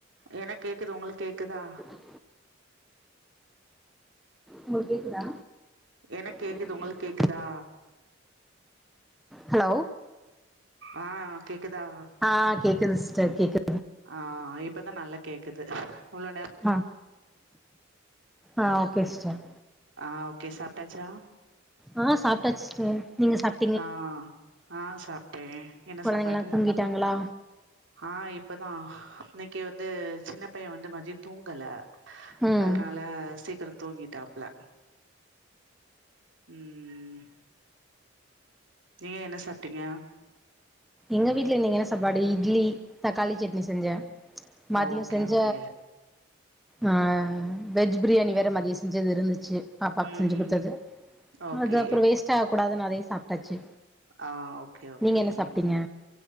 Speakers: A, on the right; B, in the centre.
A: எனக்கு கேக்குது உங்களுக்கு கேக்குதா
B: <inaudible> உங்களுக்கு கேக்குதா
A: எனக்கு கேக்குது
B: கேக்குதுகேக்குது
A: உங்களுக்கு கேக்குதா
B: கேக் ஹலோ
A: ஆ கேக்குதா
B: ஆ கேக்குது சிஸ்டர் கேக்குது
A: ஆ இப்பதா நல்லா கேக்குது இவ்ளவு நேர
B: மா ஆ ஓகே சிஸ்டர்
A: ஆ ஓகே சாப்ட்டாச்சா
B: ஆ சாப்ட்டாச்சு சிஸ்டர் நீங்க சாப்
A: ஆ ஆ சாப்ட்டே என்ன
B: கொழந்தைங்கலா
A: சாப்பாடு
B: தூங்கிட்டாங்களா
A: ஆ இப்பதா இன்னைக்கு வந்து சின்ன பையே வந்து மதியம் தூங்கல
B: ம்
A: அதுனால சீக்கிரோம் தூங்கிட்டாப்ல உம் நீங்க என்ன சாப்ட்டீங்க
B: எங்க வீட்ல இன்னைக்கு என்ன சாப்பாடு இட்லி தக்காளி சட்னி செஞ்சே
A: ஓகே
B: மதியம் செஞ்ச
A: ஓகே
B: ஆ வெஜ் பிரியாணி வேற மதியம் செஞ்சது இருந்துச்சு பாப்பாக்கு
A: ம்
B: செஞ்சு
A: ம்
B: கொடுத்தது
A: ஓகே
B: அது அப்றோ வேஸ்ட் ஆக கூடாதுன்னு அதையும் சாப்ட்டாச்சு
A: ஆ ஓகே ஓகேஉம்
B: நீங்க என்ன சாப்ட்டீங்க